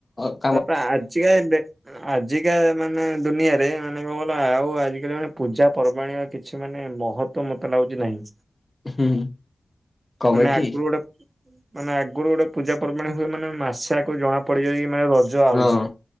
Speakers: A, on the left; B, on the right.
A: ଗୋ
B: ତାପରେ ଆଜିକା ଏମେରେ ଆଜିକା ମାନେ ଦୁନିଆରେ ମାନେ କଣ ଗ ଆଉ ଆଜିକାଲି ମାନେ ପୂଜା ପର୍ବାଣୀର କିଛି ମାନେ ମହତ୍ ମତେ ଲାଗୁଚି ନାହିଁ।
A: ହୁଁ କଣ
B: ମାନେ
A: ପାଇଁ କି
B: ଅଗୁରୁ ଗୋଟେ ମାନେ ଆଗୁରୁ ଗୋଟେ ପୂଜା ପର୍ବାଣୀ ହୁଏ ମାନେ ମାସଆକୁ ଜଣା ପଡ଼ିଯାଏ <unintelligible> ମାନେ ର ରଜ ଆଉଚି
A: ହଁ